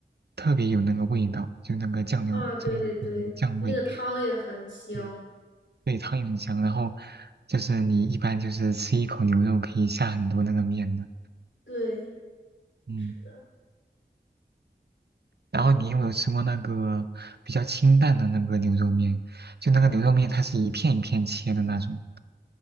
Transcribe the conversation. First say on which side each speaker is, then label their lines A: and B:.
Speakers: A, on the right (about 65°); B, on the left (about 90°).
A: 特别有那个味道，就那个酱料，
B: 啊，对对对，
A: 就那个酱味，
B: 那个汤也很香。
A: 对对，汤也很香。然后就是你一般就是吃一口牛肉可以下很多那个面的，
B: 对，
A: 嗯。
B: 是的，
A: 然后你有没有吃过那个比较清淡的那个牛肉面？就那个牛肉面它是一片一片切的那种。